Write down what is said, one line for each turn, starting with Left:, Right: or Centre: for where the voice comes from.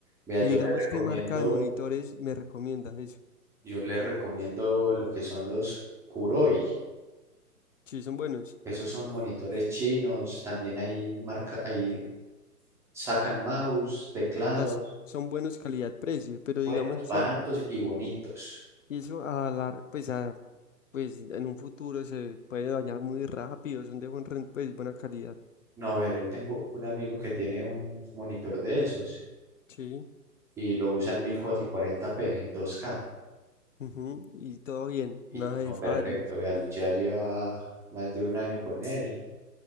Centre: Vea,
Left: Y
Centre: yo
Left: digamos,
Centre: le recomiendo,
Left: ¿qué marca de monitores me recomienda eso?
Centre: yo le recomiendo lo que son los Kuroi.
Left: Sí, son buenos.
Centre: Esos son monitores chinos, también hay marca, hay sacan mouse, teclados,
Left: Ah, s- son buenos calidad-precio, pero
Centre: buenos,
Left: digamos eso,
Centre: baratos y bonitos.
Left: y eso a la, pues a, pues en un futuro se puede dañar muy rápido, son de buen, ren- pues buena calidad.
Centre: No, vea, yo tengo un amigo que tiene un monitor de esos
Left: Sí.
Centre: y lo usa en mil cuatrocientos cuarenta p en dos k
Left: Ujú, Y todo bien,
Centre: Y
Left: nada
Centre: todo
Left: de
Centre: perfecto,
Left: fallos.
Centre: vea, ya lleva más de un año con él